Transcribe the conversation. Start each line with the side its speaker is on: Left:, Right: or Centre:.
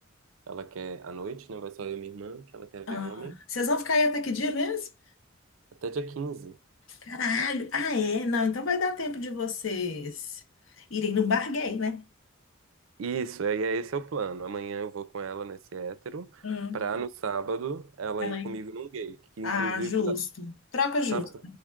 Right: ela quer, à noite, né? Vai só eu e minha irmã, que ela quer
Left: Ah.
Right: ver homem.
Left: Vocês vão ficar aí até que dia mesmo?
Right: Até dia quinze
Left: Caralho. Ah, é? Não, então vai dar tempo de vocês irem no bar gay, né?
Right: Isso, é, e é esse é o plano. Amanhã eu vou com ela nesse hétero,
Left: Hum.
Right: pra no sábado ela
Left: Ela
Right: ir
Left: aí.
Right: comigo num gay, que inclusive,
Left: Ah, justo.
Right: tá-
Left: Troca
Right: sabe,
Left: justa.